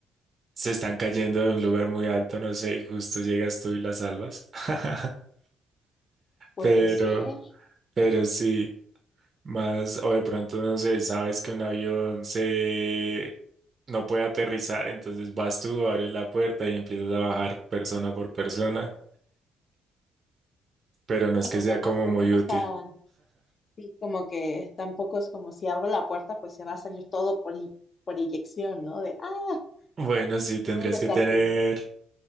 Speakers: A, on the right (about 40°); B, on the left (about 45°).
A: se están cayendo de un lugar muy alto, no sé, y justo llegas tú y las salvas. <laughs>
B: Puede
A: Pero,
B: ser.
A: pero sí, más, o de pronto, no sé, sabes que un avión se no puede aterrizar, entonces vas tú, abres la puerta y empiezas a bajar persona por persona, pero no
B: Bueno,
A: es que sea
B: no,
A: como
B: no creo
A: muy
B: que no
A: útil.
B: están, sí, como que tampoco es como si abro la puerta, pues se va a salir todo por, i- por inyección, ¿no? De, ah,
A: Bueno, sí, tendrías
B: sería un desastre.
A: que tener